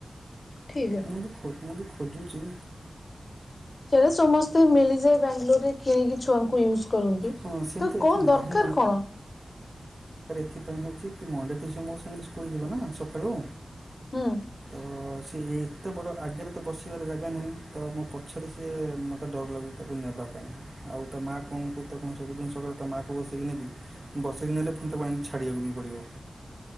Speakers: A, on the left; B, on the right.
A: ଠିକ
B: ମୁବି ଖୁ ମୁଁ ବି ଖୋଜୁଛି।
A: ସେଇଟା ସମସ୍ତେ ମିଳିଯାଏ ବାଙ୍ଗାଲୋରରେ କିଣିକି ଛୁଆଙ୍କୁ ୟୂଜ୍ କରନ୍ତି
B: ହଁ ସେମିତି
A: ତ
B: ଏଠି
A: କଣ
B: ନାହିଁ
A: ଦରକାର କଣ?
B: ସେଥିପାଇଁ ହଉଛି ମଣ୍ଡେ ଠୁ ମୋ ସାଙ୍ଗେ ସ୍କୁଲ ଯିବ ନା ସକାଳୁ
A: ହୁଁ।
B: ତ ସିଏ ଏତେ ବଡ଼ ଆଗରେ ତ ବସିବାର ଜାଗା ନାହିଁ ତ ମୋ ପଛରେ ସିଏ ମୋତେ ଡର ଲାଗୁଛି ତାକୁ ନେବା ପାଇଁ ଆଉ ତା ମାଆ କଣ ତାକୁ କଣ ସବୁଦିନ ସକାଳେ ତା ମାଆକୁ ବସେଇକି ନେବି ବସେଇକି ନେଲେ ପୁଣି ତାକୁ ଆଣିକି ଛାଡ଼ିବାକୁ ବି ପଡ଼ିବ